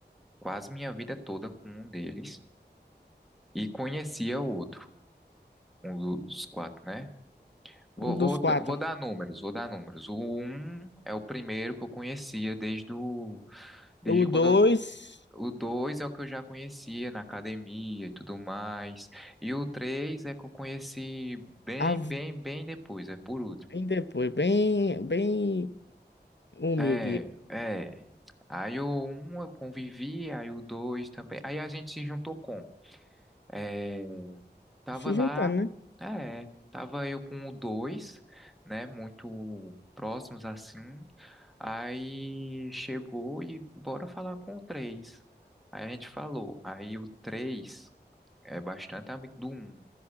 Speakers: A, in the centre; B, on the left.
A: quase minha vida toda com um deles e conhecia o outro, um do- dos quatro, né? Vou,
B: Um dos
A: vou,
B: quatro.
A: da- vou dar números, vou dar números. O um é o primeiro que eu conhecia desde o, desde
B: O dois,
A: quando eu- o dois é o que eu já conhecia na academia e tudo mais. E o três é que eu conheci bem,
B: a-
A: bem, bem depois, é por último.
B: bem depois, bem, bem humilde.
A: É, é. Aí o um eu convivi, aí o dois também. Aí a gente se juntou como? É, Tava
B: Se
A: lá,
B: juntando, né?
A: ah, é, tava eu com o dois, né, muito próximos assim. Aí chegou e bora falar com o três. Aí a gente falou, aí o três é bastante amigo do um.